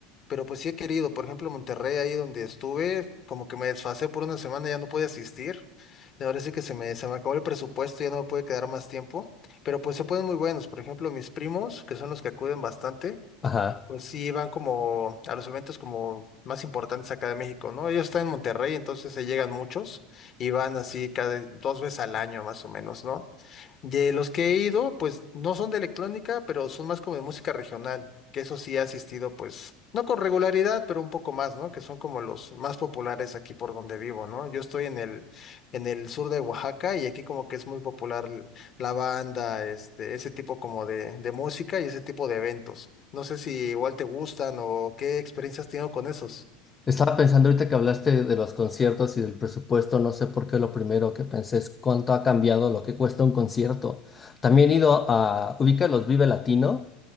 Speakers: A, on the left (about 45°); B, on the left (about 30°).
A: pero pues sí he querido, por ejemplo, Monterrey, ahí donde estuve, como que me desfasé por una semana, ya no pude asistir, de ahora sí que se me, se me acabó el presupuesto, ya no me puede quedar más tiempo, pero pues se ponen muy buenos, por ejemplo, mis primos, que son los que acuden bastante,
B: ajá.
A: pues sí van como a los eventos como más importantes acá de México, ¿no? Ellos están en Monterrey, entonces se llegan muchos y van así cada dos veces al año más o menos, ¿no? De los que he ido, pues no son de electrónica, pero son más como de música regional, que eso sí he asistido, pues, no con regularidad, pero un poco más, ¿no? Que son como los más populares aquí por donde vivo, ¿no? Yo estoy en el, en el sur de Oaxaca y aquí como que es muy popular l- la banda, este, ese tipo como de, de música y ese tipo de eventos. No sé si igual te gustan o qué experiencias has tenido con esos.
B: Estaba pensando ahorita que hablaste de los conciertos y del presupuesto, no sé por qué lo primero que pensé es cuánto ha cambiado lo que cuesta un concierto. También he ido a, ubica los Vive Latino.